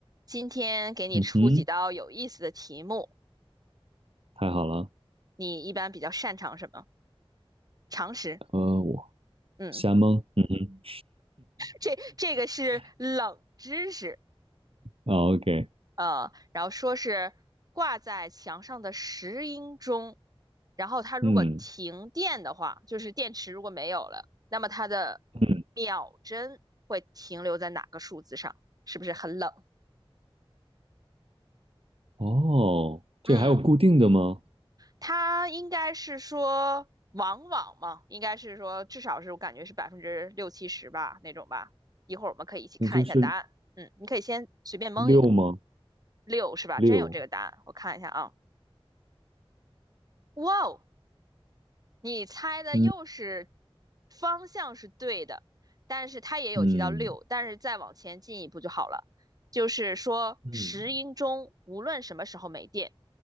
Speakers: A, on the right; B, on the right.
A: 今天给你出几道有意思的题目，
B: 嗯哼，太好了。
A: 你一般比较擅长什么？常识，
B: 呃，我
A: 嗯，
B: 瞎蒙。嗯哼
A: 这这个是冷知识，
B: <laughs> 啊，OK，
A: 呃，然后说是挂在墙上的石英钟，然后它如果停电的话，
B: 嗯
A: 就是电池如果没有了，那么它的
B: 嗯，
A: 秒针会停留在哪个数字上？是不是很冷？
B: 哦，
A: 嗯。
B: 这还有固定的吗？
A: 它应该是说往往嘛，应该是说至少是我感觉是百分之六七十吧那种吧。一会儿我们可以一起看一下答案。
B: 那就是
A: 嗯，你可以先随便蒙一个，
B: 六吗？
A: 六是吧？
B: 六。
A: 真有这个答案，我看一下啊。哇哦，你猜的又是
B: 嗯
A: 方向是对的，但是它也有提到六，
B: 嗯
A: 但是再往前进一步就好了。就是说石英钟无论什么时候没电，
B: 嗯